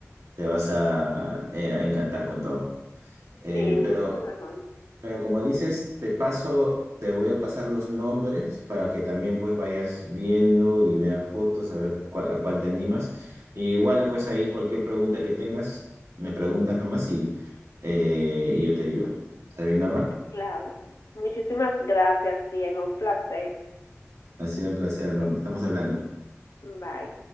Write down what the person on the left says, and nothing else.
Sí, mucho
mejor,
claro. Muchísimas gracias, Diego, un placer.
Bye.